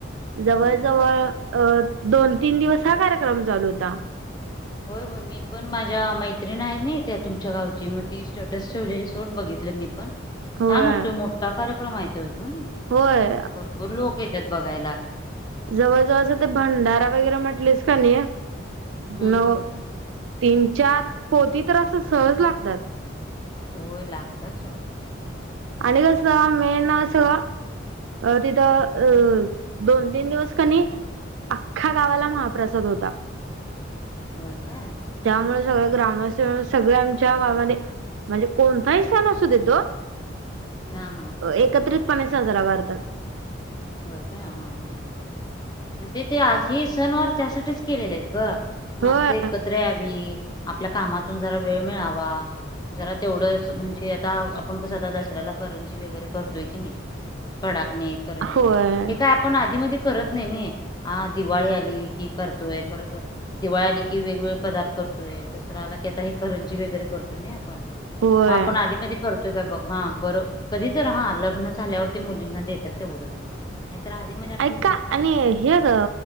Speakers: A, on the right; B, on the left.
A: जवळ
B: होय
A: जवळ
B: काय
A: अ दोन तीन दिवस हा कार्यक्रम चालू होता.
B: होय होय मी पण माझ्या मैत्रिण आहेत ना, त्या तुमच्या गावची मग ती स्टेटस ठेवलेली सोट बघितल मी. पण
A: होय
B: छान असतोय मोठा कार्यक्रम आहे त्यो. हो नाई.
A: होय
B: भरपूर लोक येत्यात बघायला.
A: जवळजवळ असं ते भंडारा वगैरे म्हणटलीस का नाही,
B: हम्म
A: नऊ
B: हम्म
A: तीन चार पोती तर असं सहज लागतात.
B: होय लागतात सोड.
A: आणि कस मेन अस अ तिथं अ दोन तीन दिवस कनी अख्खा गावाला महाप्रसाद होता.
B: होय काय.
A: त्यामुळे सगळ ग्रामस्थ सगळ आमच्या गावामध्ये म्हणजे कोणताही सण असू दे तो,
B: हा हा
A: एकत्रितपणे साजरा करतात.
B: होय काय. हा हा. म्हणजे ते हे सणवार त्यासाठीच केलेले आहेत ग.
A: होय
B: माणसं एकत्र यावी, आपल्या कामातून जरा वेळ मिळावा, जरा तेवढंच म्हणजे आता आपण कसं आता दसऱ्याला करंजी वगैरे करतोय कणी, कडाकणी
A: होय
B: करंजी. हे काय आपण आधी मधी करत नाही नाई. आ दिवाळी आली कि करतोय. परत दिवाळी आली कि वेगवेगळे पदार्थ करतोय. दसरा आला की आता हे करंजी वगैरे करतोय नाई आपण.
A: होय
B: मग आपण आधी मधी करतोय काय बघ. हा. बर कधी तर हा. लग्न झाल्यावरती मुलींना देतात तेवढंच. नाही तर आधी मधी आप
A: ऐका आणि हे ग